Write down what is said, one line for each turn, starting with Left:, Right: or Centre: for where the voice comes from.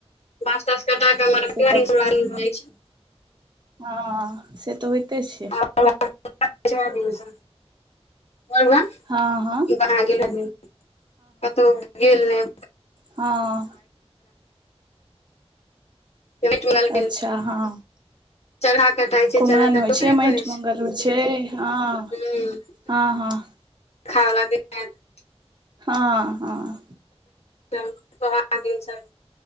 Left: बाँछ तांस कटा क मरवा
Right: से
Left: <unintelligible> जाइ छैय।
Right: हाँ से तऽ होइते छैय।
Left: <unintelligible> जै दिन स, मरवा
Right: हँ हँ
Left: <unintelligible> कतौ गेल रहय।
Right: हं-
Left: पेट गल
Right: अच्छा।
Left: भेल
Right: हं
Left: चरखा कटाइ छै
Right: कुमरन
Left: चरखा
Right: होइ
Left: ओकरे
Right: छैय मैइट
Left: कहै
Right: मंगल
Left: छै
Right: होइ छैय हाँ-
Left: हूँ
Right: हाँ- हाँ-
Left: <unintelligible>
Right: हं -हं-
Left: <unintelligible> गेल छल।